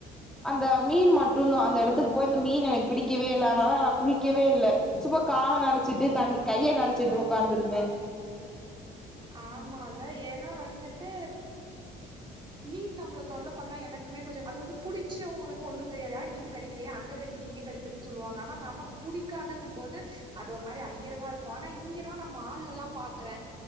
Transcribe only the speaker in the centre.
அந்த மீன் மட்டுதா அந்த எடத்துக்கு போய் அந்த மீன் எனக்கு பிடிக்கவே இல்ல அதுனால நா குளிக்கவே இல்ல சும்மா கால நெனைச்சிட்டு தண் கைய நெனைச்சிட்டு உட்காந்துருந்தே